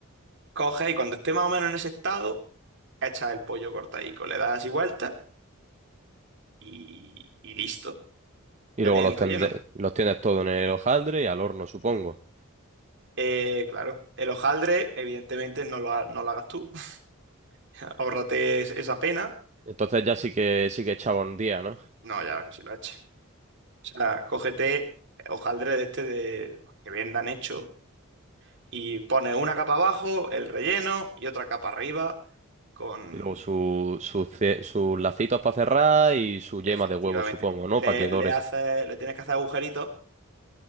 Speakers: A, on the right; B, on the right.
A: coge y cuando esté más o menos en ese estado, echa el pollo cortadico, le das así vuelta y, y listo,
B: Y
A: ya
B: luego
A: tienes
B: los,
A: el
B: tende-
A: relleno.
B: los tienes todo en el hojaldre y al horno, supongo.
A: Eh, claro, el hojaldre, evidentemente, no lo, ha- no lo hagas tú, <laughs> ahórrate es- esa pena,
B: Entonces ya sí que sí que echaba un día, ¿no?
A: no, ya que si lo eches. O sea, cógete hojaldre de este de que vendan hecho y pones una capa abajo, el relleno y otra capa arriba con...
B: Y luego su, su ce- sus lacitos para cerrar y su yema
A: Efectivamente.
B: de huevo, supongo, ¿no?
A: Le,
B: Para que
A: le
B: dore.
A: hace, le tienes que hacer agujeritos,